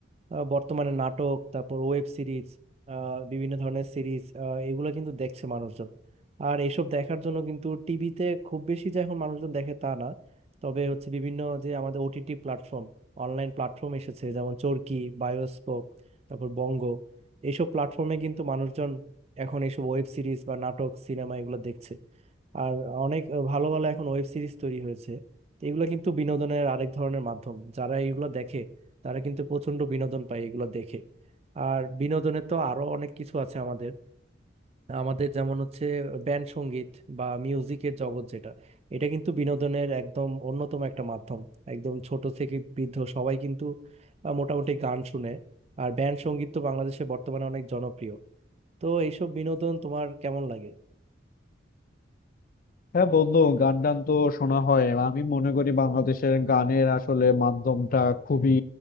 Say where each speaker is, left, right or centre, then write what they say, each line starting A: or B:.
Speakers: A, on the right; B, on the left.
A: আহ, বর্তমানে নাটক তারপর ওয়েব সিরিজ বিভিন্ন ধরনের সিরিজ এগুলো কিন্তু দেখছে মানুষজন আর এইসব দেখার জন্য কিন্তু টিভিতে খুব বেশি যে এখন মানুষজন দেখে তা না তবে হচ্ছে বিভিন্ন যে আমাদের ওটিটি প্ল্যাটফর্ম অনলাইন প্ল্যাটফর্ম এসেছে যেমন চরকি বায়োস্কোপ তারপর বঙ্গ এইসব প্ল্যাটফর্মে কিন্তু মানুষজন এখন এইসব ওয়েব সিরিজ বা নাটক সিনেমা এগুলো দেখছে আর অনেক ভালো ভালো এখন ওয়েব সিরিজ তৈরি হয়েছে তো এগুলো কিন্তু বিনোদনের আরেক ধরনের মাধ্যম যারা এগুলো দেখে তারা কিন্তু প্রচন্ড বিনোদন পায় এগুলো দেখে আর বিনোদনের তো আরো অনেক কিছু আছে আমাদের আমাদের যেমন হচ্ছে ব্যান্ড সঙ্গীত বা মিউজিকের জগৎ যেটা এটা কিন্তু বিনোদনের একদম অন্যতম একটা মাধ্যম একদম ছোট থেকে বৃদ্ধ সবাই কিন্তু আহ, মোটামুটি গান শুনে আর ব্যান্ড সঙ্গীত তো বাংলাদেশে বর্তমানে অনেক জনপ্রিয় তো এইসব বিনোদন তোমার কেমন লাগে
B: হ্যাঁ বন্ধু গান টান তো শোনা হয় আমি মনে করি বাংলাদেশের গানের আসলে মাধ্যমটা খুবই